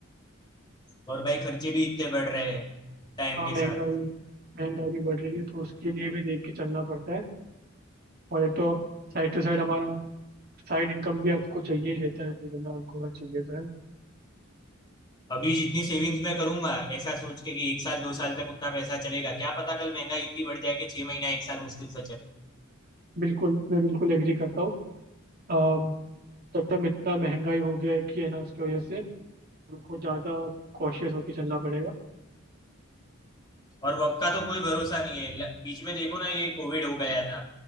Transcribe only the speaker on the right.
हाँ
महंगाई
महंगाई भी बढ़ रही है तो उसके लिए भी देख के चलना पड़ता है और एक तो साइड टू साइड हमारा साइड इनकम भी आपको चाहिए ही रहता है फिर है ना आपको अगर चाहिए तो है ना
बिल्कुल मैं बिल्कुल एग्री करता हूँ अम, तो एकदम इतना महंगाई हो गया है कि है ना उसकी वजह से हमको ज़्यादा कॉशियस होकर चलना पड़ेगा